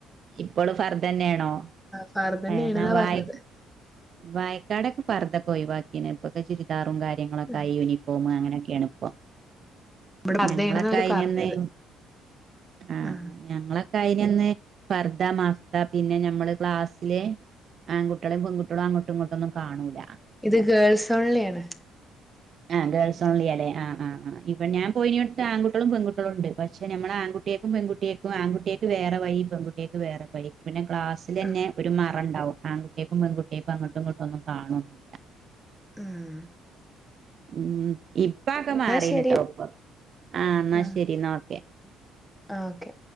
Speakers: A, on the right; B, in the centre.
A: ഇപ്പള് പർദ്ദ തന്നെയാണോ,
B: ഫർദന്നേണ്ന്നാ
A: എന്നാ വായി
B: പറഞ്ഞത്.
A: വായിക്കാടൊക്കെ പർദ്ദക്കെ ഒഴിവാക്കീണ് ഇപ്പൊക്കെ ചുരിദാറും കാര്യങ്ങളൊക്കെയായി
B: ഉം.
A: യൂണിഫോം അങ്ങനെ. ക്കെയാണ് ഇപ്പം
B: ഇവിടെ ഫർദേണ്ന്നാ
A: ഞങ്ങളൊക്കെ
B: അവര്
A: അയിന്നേ
B: പറഞ്ഞത്.
A: ആ
B: ആഹ്
A: ഞങ്ങള് കയിനിന്ന് പർദ്ദ, മഫ്ത പിന്നെ മമ്മള് ക്ലാസ്സില് ആൺകുട്ടികളും പെൺകുട്ടികളും അങ്ങോട്ടും ഇങ്ങട്ടൊന്നും കാണൂല.
B: ഇത് ഗേൾസ് ഓൺലി ആണ്.
A: ആ ഗേൾസോൺലി ആടെ ആഹ് ആഹ് ഇപ്പോ ഞാൻ പോയിനിന്നിടത്ത് ആൺകുട്ട്യളും പെൺകുട്ട്യളും ഉണ്ട്. പക്ഷേ നമ്മള് ആൺകു കുട്ടേക്ക് പെൺകുട്ടേക്ക്, ആൺകുട്ടേക്ക് വേറെവഴി, പെൺകുട്ടേക്ക് വേറെ വഴി പിന്നെ ക്ലാസില് തന്നെ
B: ആഹ്
A: ഒരു മറ ഉണ്ടാവും. ആൺകുട്ടേക്കും പെൺകുട്ടേക്കും അങ്ങോട്ടും ഇങ്ങോട്ടും ഒന്നും കാണൂല.
B: ഉം
A: ഉം ഇപ്പൊ അതൊക്കെ മാറീന്ട്ടോ.
B: എന്നാ ശരി
A: ആ എന്നാ
B: ആഹ്
A: ശരി എന്നാ ഓക്കെ.
B: ആഹ് ഓക്കെ.